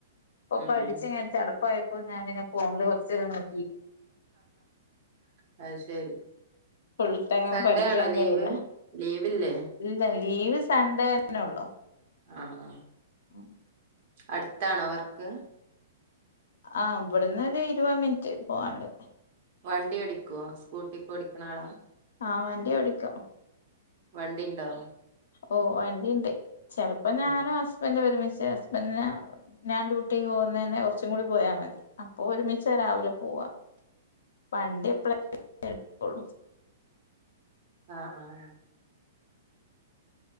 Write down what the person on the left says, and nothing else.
ഇപ്പൊ
പഠിച്ചങ്ങനെ
ചടപ്പായ അപ്പൊ ഞാൻ പിന്നെ ഫോണില് കുറചേരം ഇങ്ങനെ
ഫുൾ ടൈം
പഠിക്കാൻ
കഴിയില്ല
ഇല്ല ലീവ് സൺണ്ടേ തന്നെ ഒള്ളു
<inaudible>
ആഹ ഇവിടന്ന് ഒരു ഇരുപത് മിനിറ്റ് പോവാണ്ട്
ആഹ് വണ്ടി ഓടിക്കും
ഓഹ വണ്ടിണ്ട് ചെലപ്പോ ഞാനും
ഹസ് ഹസ്ബൻഡ് ഒരുമിച്ച് ഹസ്ബൻന്റിന് ഞാൻ ഡ്യൂട്ടി പോകുന്നെന്റെ കുറച്ചും കൂടി പോയാൽ മതി അപ്പൊ ഒരുമിച്ച രാവിലെ പോവാ വണ്ടി എപ്പളെങ്കിലും എടുക്കുള്ളു